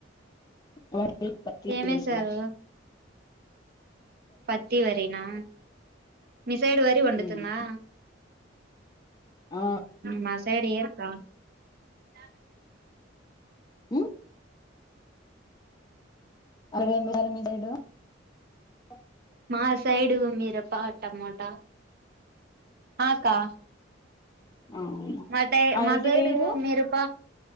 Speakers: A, on the left; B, on the right.
A: వరి పత్తి
B: ఏమేసారు
A: వేసిన
B: పత్తి వరీనా మిసైడ్ వరి వండుతుందా
A: ఉమ్, ఆ
B: మా సైడ్ ఏక్కా బ
A: హ్ అరవైఎనిమిది అరమిదేడు ఓ
B: ఆ సైడు మీరప టమాటా ఆకా
A: అవును
B: మా టై
A: అరటి
B: మాసైడు
A: వేరు
B: మిరప